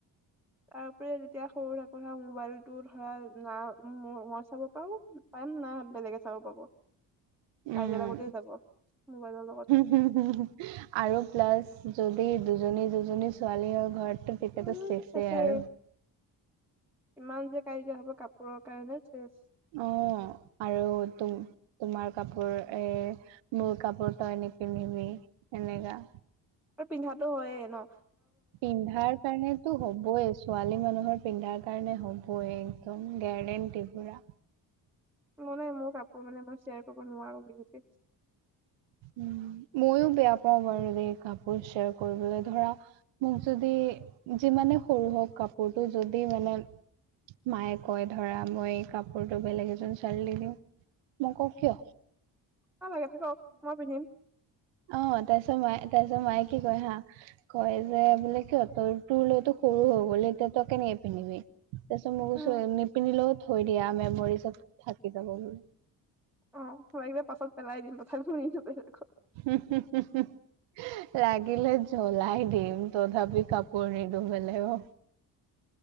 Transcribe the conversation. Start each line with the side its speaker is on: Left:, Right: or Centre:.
Centre: তাৰপৰি তেতিয়া সৰু থাকো নহ ধৰা মোবাইলটো ধৰা না মই চাব পাৰো, কাম নাই বেলেগে চাব পাব।
Right: উম
Centre: কাজিয়া লগাত এই যাব মোবাইলৰ লগত।
Right: আৰু প্লাছ যদি দুজনী দুজনী ছোৱালী হয় ঘৰত তেতিয়াতো
Centre: উম
Right: চেছে
Centre: চেছেই
Right: আৰু।
Centre: ইমান যে কাজিয়া হ'ব কাপোৰৰ কাৰণে চেছ।
Right: অ আৰু তুমি তোমাৰ কাপোৰ এ, মোৰ কাপোৰ তই নিপিন্ধিবি সেনেকা।
Centre: পিন্ধাটো হয়ে নহ।
Right: পিন্ধাৰ কাৰণেতো হ'বই। ছোৱালী মানুহৰ পিন্ধাৰ কাৰণে হ'বই, এই একদম গেৰেণ্টি পুৰা।
Centre: মানে মোৰ কাপোৰ মানে মই শ্বেয়াৰ কৰিব নোৱাৰো বিশেষকৈ।
Right: উম, ময়ো বেয়া পাও বাৰু দেই। কাপোৰ শ্বেয়াৰ কৰিবলৈ ধৰা মোক যদি যিমানে সৰু হওক কাপোৰটো যদি মানে, মায়ে কয় ধৰা মই এই কাপোৰটো বেলেগ এজনি ছোৱালীক দি দিওঁ। মই কও কিয়?
Centre: থাকক ঘৰতে থাকক মই পিন্ধিম।
Right: অহ, তাৰ পিছত মায়ে কি কৈ হা, কয় যে বোলে কিয়। তোৰ তাত সৰু হৈ গ'ল এতিয়া তই কেনেকে পিন্ধিবি। তাৰপিছত মই
Centre: উম
Right: কও নিপিন্ধিলেও থৈ দিয়া। মেমৰি চব থাকি যাব বুলি।
Centre: অহ, লাগিলে পাছত পেলাই দিম। তথাপিও নিদিওঁ বেলেগক।
Right: উম, হু, উম। লাগিলে জ্বলাই দিম, তথাপি কাপোৰ নিদো বেলেগক।